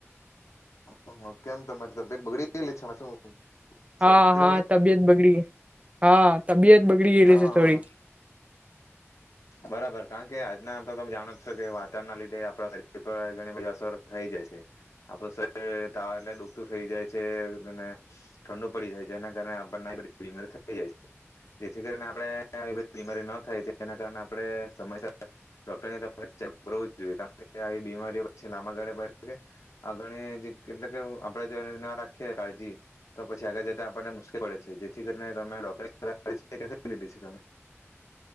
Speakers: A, on the left; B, on the right.
A: <unintelligible> કેમ તમારી તબિયત બગડી <unintelligible>
B: હા,
A: શરદી
B: હા તબિયત બગડી, હા. તબિયત બગડી ગયેલી
A: હા, હા
B: છે થોડી
A: બરાબર. કારણ કે આજના તો તમે જાણો જ છો કે વાતાવરણ ના લીધે આપણા શરીર પર ઘણી બધી અસર થઈ જાય છે. આપડું શરીર તાવ એટલે દુખતું થઈ જાય છે, અને ઠંડુ પડી જાય છે. જેના કારણે આપણને આવી બધી બિમારીઓ થઈ જાય છે. જેથી કરીને આપણે આવી બધી બીમારી ન થાય તેના કારણે આપણે સમયસર ડોક્ટરની <unintelligible> કરવું જ જોઈએ કારણ કે આવી બીમારીઓ પછી લાંબા ગાળે <inaudible> આગળ એટલે આપણેે જો એ ના રાખીએ કાળજી તો પછી આગળ જતા આપણને મુશ્કેલ પડે છે, જેથી કરીને તમે ડોક્ટરની સલા <inaudible> દે છે તમે